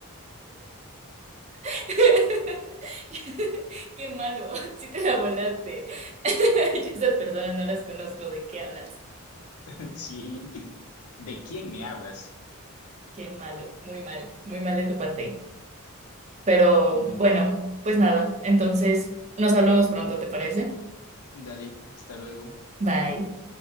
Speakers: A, on the right; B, on the left.
A: <laughs> Qué malo, sí te la volaste. <laughs> Yo esas personas no las conozco, ¿de qué hablas?
B: <laughs> Sí. ¿De quién me hablas?
A: Qué malo, muy mal, muy mal de tu parte. Pero
B: Bueno,
A: bueno, pues nada, entonces nos hablamos pronto, ¿te parece?
B: dale, hasta luego.
A: Bye.